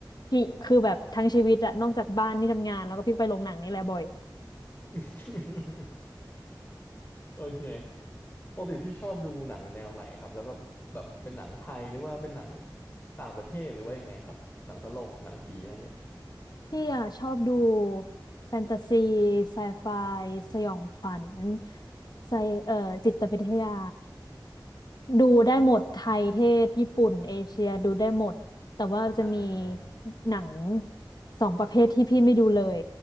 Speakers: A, on the left; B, on the left.
A: พี่คือแบบทั้งชีวิตอะนอกจากบ้านที่ทำงานแล้วก็พี่ไปโรงหนังนี่แหละบ่อย
B: <laughs> โอเคปกติพี่ชอบดูหนังแนวไหนครับ แล้วก็แบบเป็นหนังไทยหรือว่าเป็นหนังต่างประเทศหรือว่ายังไงครับ หนังตลกหนังผีอะไรเงี้ย
A: พี่อะชอบดูแฟนตาซีไซไฟสยองขวัญไซเอ่อจิตวิทยาดูได้หมดไทยเทศญี่ปุ่นเอเชียดูได้หมดแต่ว่าจะมี
B: อ่า
A: หนังสองประเภทที่พี่ไม่ดูเลย